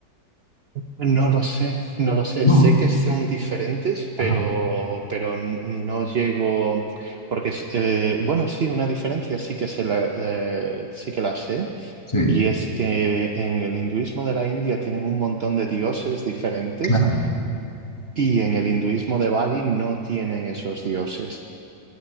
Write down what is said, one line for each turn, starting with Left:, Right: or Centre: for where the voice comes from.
Right: No lo sé, no lo sé.
Left: No,
Right: Sé que son diferentes,
Left: ajá,
Right: pero, pero n- no llego. Porque, es, eh, bueno, sí, una diferencia sí que, se la, eh, sí que la sé.
Left: Sí.
Right: Y es que en el hinduismo de la India tienen un montón de dioses diferentes
Left: claro.
Right: y en el hinduismo de Bali no tienen esos dioses.